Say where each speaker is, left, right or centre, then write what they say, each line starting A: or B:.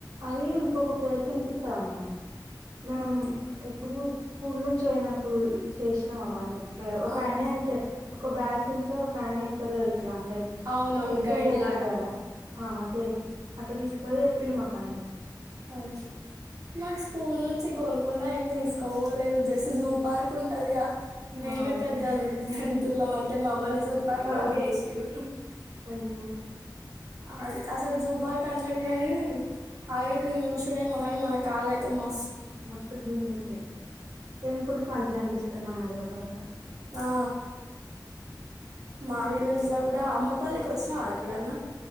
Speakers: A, on the right; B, on the right.
A: అది ఇంకొక ప్లేస్ తినిపిస్తదంట మేము
B: ఓకే
A: ఎప్పుడు స్కూల్ నుంచి అయినప్పుడు చేసినాం అవన్నీ ఒక
B: ఆహా.
A: ఆయన ఒక బ్యాస్ ఉంటే ఒక ఆయన ఇప్తడు కద అట్ల అందరకి
B: అవునవును
A: ఎక్సప్లయిన్
B: గైడ్
A: చేస్తా
B: లాగా
A: కదా ఆ అట్లా తీసుక అదే చేపిండు అందరికి
B: హాయ్ మాకు స్కూల్ నుంచి గోల్కొండ ఏం తీసుకోవలేదు జస్ జూ పార్క్ ఉంటదిగా మేమే
A: ఆ, అదే
B: పెద్ద జంతువులం అంటే మమ్మల్ని జూ పార్కుల
A: ఆ,
B: పై ఏసిర్రు
A: అయ్యో
B: అ అసలు జూ పార్క్ అంటాం గానీ అవిటిని యూస్ చేడేమో కానీ మన కాళ్ళ అయితే మా
A: మస్తు గుంజుతాయి టెంపుల్స్ మంచి గ అనిపిస్తారు మా హైదరాబాద్ లో
B: ఆ మా విలేజ్ లో కూడా అమ్మపల్లికి వచ్చినావా ఎప్పుడన్నా